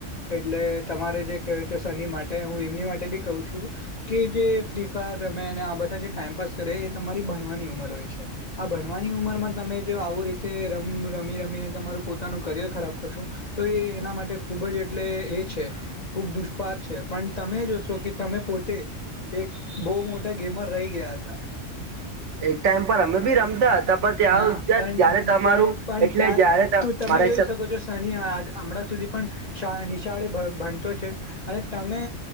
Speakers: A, on the left; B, on the right.
A: એટલે તમારે જે કહ્યો છો સનિ મા ટે હું એમની <unintelligible> ટે બી કહું છું કે જે ફ્રી ફાયર રમે અને આ બધા જે ટાઈમપાસ કરે એ તમારી બણવાની ઉમર હોય હોય છે. આ ભણવાની ઉમરમાં તમે જો આવું રીતે રમ રમી-રમી ને તમે પોતાનું કરિયર ખરાબ કર રો છો તો એ એના માટે ખૂબ જ એટલે એ છે ખૂબ દુષ્પાર છે, પણ તમે જો તોકે તમે પોતે એક બહુ મોટા ગેમર રહી ગયા હતા
B: એક ટાઈમ પર અમે બી રમતા હતા પણ ત્યાં
A: હા પણ-પણ-પણ
B: ત્યારે તમારું એટલે
A: ત્યાં
B: જયારે
A: તું તમે
B: મારા
A: જોઈ
B: હિસાબ
A: શકો છો શનિ <unintelligible> હમણાં સુધી પણ શા નિશાળે બ ભણતો છે અને તમે